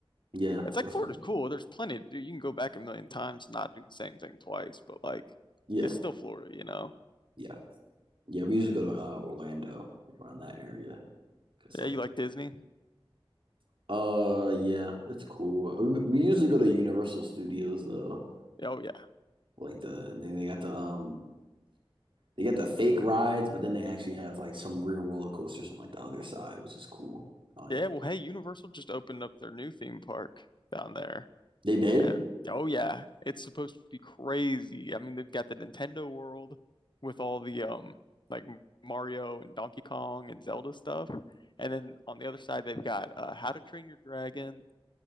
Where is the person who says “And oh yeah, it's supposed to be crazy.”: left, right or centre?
Left